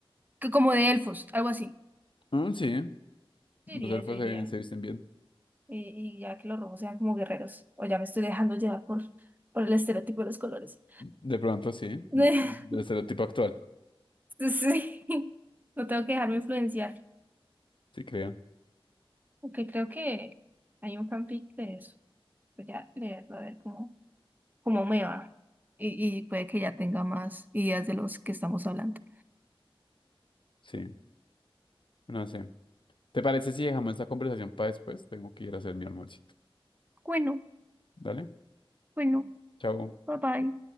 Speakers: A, on the right; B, on the left.
A: que como de elfos, algo así.
B: Mm, sí.
A: Yo
B: Los
A: diría,
B: elfos
A: yo iría
B: se, se visten bien.
A: Y, y ya que los rojos sean como guerreros, o ya me estoy dejando llevar por, por el estereotipo de los colores.
B: De pronto sí,
A: <laughs>
B: de- del estereotipo actual,
A: sí, no tengo que dejarme influenciar,
B: sí creo.
A: aunque creo que hay un fanfic de eso. Voy a leerlo a ver cómo, cómo me va. Y, y puede que ya tenga más ideas de los que estamos hablando.
B: Sí, no sé. ¿Te parece si dejamos esta conversación para después? Tengo que ir a hacer mi almuercito.
A: Bueno,
B: Dale,
A: bueno,
B: chao.
A: bye bye.